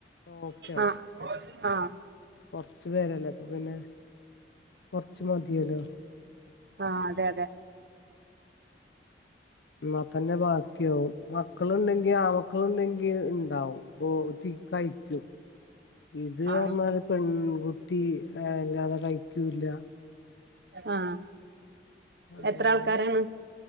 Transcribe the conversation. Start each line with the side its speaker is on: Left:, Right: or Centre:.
Left: സോഫ്റ്റ് ആവും
Right: ആഹ് ആഹ്
Left: കൊറച്ച് പേരല്ലേ അപ്പോപിന്നെ കൊറച്ച് മതിയല്ലോ
Right: ആഹ് അതെ അതെ
Left: എന്ന തന്നെ ബാക്കിയോവും മാ മക്കളുണ്ടെങ്കി ആമക്കളുണ്ടെങ്കി ഉണ്ടാവും അപ്പൊ ഒത്തി കഴിക്കും ഇത്
Right: ആഹ്
Left: പറഞ്ഞാല് പെൺകുട്ടി അല്ലാതെ കഴിക്കൂല്ല
Right: ആഹ്
Left: അങ്ങനെ
Right: എത്ര ആൾക്കാരാണ്